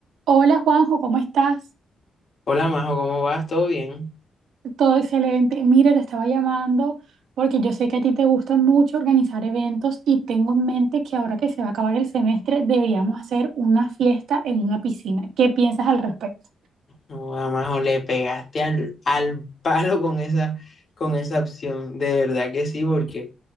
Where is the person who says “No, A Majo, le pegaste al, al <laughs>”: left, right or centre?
Left